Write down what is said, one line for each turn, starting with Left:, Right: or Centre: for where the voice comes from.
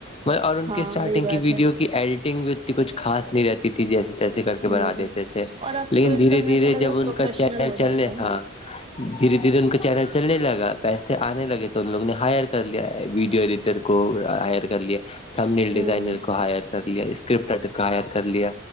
Left: میں اور ان
Right: ہاں
Left: کے اسٹارٹنگ
Right: وہی بات
Left: کی ویڈیو
Right: ہے
Left: کی ایڈیٹنگ بھی اتنی کچھ خاص نہیں رہتی تھی جیسے تیسے کر کے
Right: ہوں
Left: بنا دیتے تھے
Right: اور اب
Left: لیکن
Right: تو ایک
Left: دھیرے
Right: دم ایسا
Left: دھیرے
Right: لگ
Left: جب
Right: رہا
Left: ان
Right: پروفیشنل
Left: کا چینل
Right: ہو
Left: چل
Right: جاتے
Left: لے
Right: ہیں
Left: ہاں دھیرے دھیرے ان کا چینل چلنے لگا پیسے آنے لگے تو ان لوگ نے ہائر کر لیا ہے ویڈیو ایڈیٹر کو ہائر کر لیا تھمبنیل ڈیزائنر
Right: ہوں
Left: کو ہائر کر لیا اسکرپٹ آٹر کو ہائر کر لیا